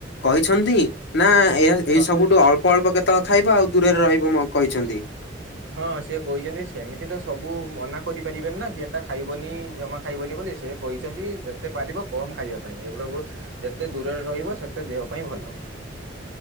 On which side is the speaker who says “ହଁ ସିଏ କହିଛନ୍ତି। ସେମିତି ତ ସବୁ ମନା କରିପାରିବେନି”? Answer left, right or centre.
Right